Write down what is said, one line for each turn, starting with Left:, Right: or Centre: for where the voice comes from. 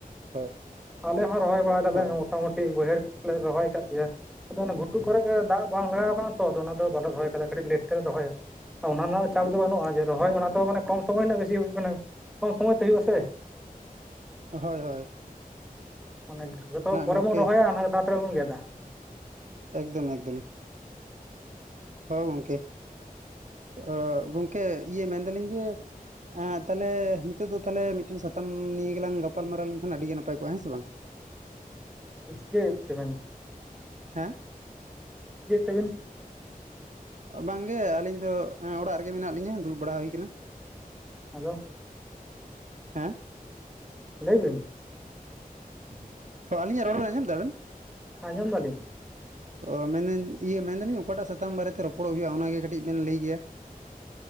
Right: ᱦᱳᱭ
Centre: ᱾ <inaudible> ᱟᱞᱮ ᱦᱚᱸ ᱨᱚᱦᱚᱭ ᱵᱟᱲᱟᱭ ᱮᱫᱟᱞᱮ
Right: ᱦᱳᱭ
Centre: ᱢᱚᱴᱟᱢᱩᱴᱤ ᱵᱟᱹᱭᱦᱟᱹᱲ ᱠᱚᱞᱮ ᱨᱚᱦᱚᱭ ᱟᱠᱟᱫ ᱜᱮᱭᱟ ᱾ ᱟᱫᱚ ᱚᱱᱟ ᱜᱷᱩᱴᱩ ᱠᱚᱨᱮ ᱜᱮ ᱫᱟᱜ ᱵᱟᱝ ᱞᱟᱜᱟᱣ ᱟᱠᱟᱱᱟ ᱛᱚ ᱟᱫᱚ ᱚᱱᱟ ᱫᱚ ᱵᱟᱞᱮ ᱨᱚᱦᱚᱭ ᱟᱠᱟᱫᱟ ᱠᱟᱹᱴᱤᱡ ᱞᱮᱴ ᱛᱮᱞᱮ ᱨᱚᱦᱚᱭᱟ ᱾ ᱚᱱᱟ ᱨᱮᱱᱟᱜ ᱪᱟᱯ ᱫᱚ ᱵᱟᱹᱱᱩᱜ-ᱟ ᱡᱮ ᱨᱚᱦᱚᱭ ᱚᱱᱟ ᱫᱚ ᱢᱟᱱᱮ ᱠᱚᱢ ᱥᱚᱢᱚᱭ ᱨᱮᱱᱟᱜ ᱵᱮᱥᱤ <unintelligible> ᱠᱚᱢ ᱥᱚᱢᱚᱭ ᱛᱮ ᱦᱩᱭᱩᱜ-ᱟ ᱥᱮ ᱾
Right: ᱦᱳᱭ ᱦᱳᱭ ᱾
Centre: ᱚᱱᱮ ᱡᱚᱛᱚ ᱯᱚᱨᱮ
Right: ᱜᱚᱝᱠᱮ
Centre: ᱵᱚᱱ ᱨᱚᱦᱚᱭᱟ ᱚᱱᱟ ᱜᱮ ᱛᱟᱲᱟᱛᱟᱹᱲᱤ ᱵᱚᱱ ᱜᱮᱫᱟ ᱾
Right: ᱮᱠᱫᱚᱢ ᱮᱠᱫᱚᱢ ᱾ ᱦᱚᱸ ᱜᱚᱢᱠᱮ ᱾ <inaudible> ᱜᱚᱢᱠᱮ ᱤᱭᱟᱹ ᱢᱮᱱ ᱮᱫᱟᱞᱤᱧ ᱡᱮ ᱮᱸ ᱛᱟᱦᱚᱞᱮ ᱱᱤᱛᱚᱜ ᱫᱚ ᱛᱟᱦᱚᱞᱮ ᱢᱤᱫᱴᱮᱱ ᱥᱟᱛᱟᱢ ᱱᱤᱭᱟᱹ ᱜᱮᱞᱟᱝ ᱜᱟᱯᱟᱞᱢᱟᱨᱟᱣ ᱞᱮᱱᱠᱷᱟᱱ ᱟᱹᱰᱤ ᱜᱮ ᱱᱟᱯᱟᱭ ᱠᱚᱜ-ᱟ ᱦᱮᱸ ᱥᱮ ᱵᱟᱝ ᱾ <inaudible>
Centre: ᱪᱤᱠᱟᱹᱭᱮᱫ ᱛᱮᱵᱮᱱ?
Right: <inaudible> ᱦᱮᱸ
Centre: ᱪᱤᱠᱟᱹᱭᱮᱫ ᱛᱮᱵᱤᱱ?
Right: ᱵᱟᱝᱜᱮ ᱟᱹᱞᱤᱧ ᱫᱚ ᱚᱲᱟᱜ ᱨᱮᱜᱮ ᱢᱮᱱᱟᱜ ᱞᱤᱧᱟ ᱫᱩᱲᱩᱵ ᱵᱟᱲᱟ ᱦᱩᱭ ᱟᱠᱟᱱᱟ ᱾
Centre: ᱟᱫᱚ
Right: <inaudible> ᱦᱮᱸ
Centre: ᱞᱟᱹᱭᱵᱤᱱ ᱾
Right: <inaudible> ᱚ ᱟᱹᱞᱤᱧᱟᱜ ᱨᱚᱲ ᱵᱮᱱ ᱟᱸᱡᱚᱢ ᱮᱫᱟᱵᱮᱱ?
Centre: ᱟᱸᱡᱚᱢ ᱮᱫᱟᱞᱤᱧ ᱾
Right: ᱚ ᱢᱮᱱᱫᱟᱹᱧ ᱤᱭᱟᱹ ᱢᱮᱱᱫᱟᱞᱤᱧ ᱚᱠᱟᱴᱟᱜ ᱥᱟᱛᱟᱢ ᱵᱟᱨᱮᱛᱮ ᱨᱚᱯᱚᱲᱚᱜ ᱦᱩᱭᱩᱜ-ᱟ ᱚᱱᱟᱜᱮ ᱠᱟᱹᱴᱤᱡ ᱵᱮᱱ ᱞᱟᱹᱭ ᱠᱮᱭᱟ ᱾